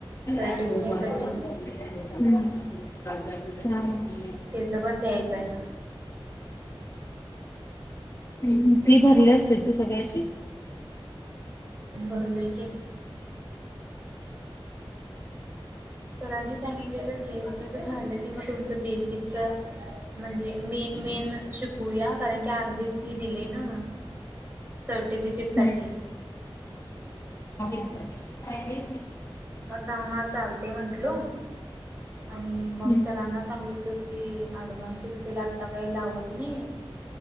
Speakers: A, on the right (about 20°); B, on the left (about 30°).
A: सर्टिफिकेटसाठी
B: हम्
A: त्याच पण द्यायचं आहे
B: हम् फी भरली अस त्याची सगळ्याची
A: हम भरलोय की सरांनी सांगितलेलं जीएसटीच झालं कि म तुमचं बेसिकच म्हणजे मेन मेन शिकूया कारण की अर्धीच फी दिले ना मग सर्टिफिकेटसाठी
B: हम्म. आवाज नीट ऐकू येत नाही
A: मग चांगा चालते म्हंटलो आणि मग
B: हम्म.
A: सरांना सांगितलं की अडवानस एक्सेल आता काही लावत नाही